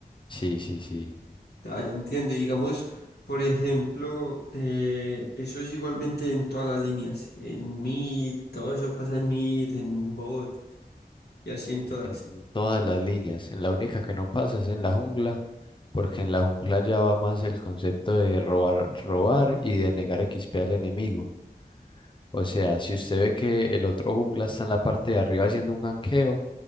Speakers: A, on the left; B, on the left.
A: Sí, sí, sí.
B: Ya, ya entiendo. Y digamos, por ejemplo, eh, eso es igualmente en todas las líneas. En Meet, todo eso pasa en Meet, en Bot y así en todas.
A: en en todas las líneas. En la única que no pasa es en la jungla, porque en la jungla ya va más el concepto de robar, robar y de negar XP al enemigo. O sea, si usted ve que el otro jungla está en la parte de arriba haciendo un ganqueo,